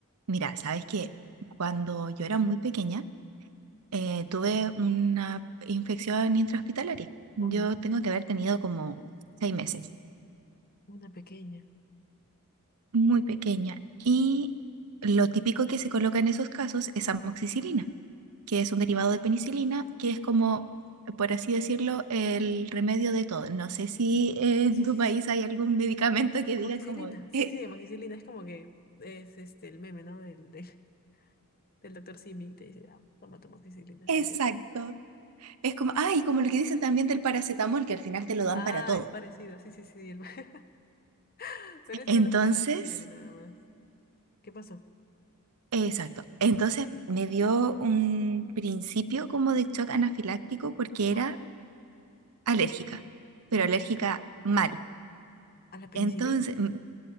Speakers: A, on the right; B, on the left.
A: Mira, sabes que cuando yo era muy pequeña, eh, tuve una infección intrahospitalaria. Yo
B: Uy, no,
A: tengo que haber tenido como seis meses,
B: una pequeña.
A: muy pequeña. Y lo típico que se coloca en esos casos es amoxicilina, que es un derivado de penicilina, que es como, por así decirlo, el remedio de todo. No sé si eh, en
B: Sí,
A: tu
B: sí,
A: país
B: sí.
A: hay algún medicamento que
B: Amoxicilina.
A: diga como... "Eh,
B: Sí, sí, sí, amoxicilina es como que es este el meme, ¿no? Del, del, <laughs> del doctor Simi que te dice, ah, toma tu amoxicilina
A: exacto.
B: y vete.
A: Es como, ay, como lo que dicen también del paracetamol, que al final te lo dan
B: Ah,
A: para todo.
B: es parecido, sí, sí, sí. sí, el- <laughs> Pero es
A: Entonces,
B: solo para la fiebre nada más. ¿Qué pasó?
A: exacto. Entonces me dio un principio como de shock anafiláctico porque
B: ¡Oh!
A: era alérgica, pero alérgica
B: No,
A: mal.
B: a la penicilina.
A: Entonces, mm,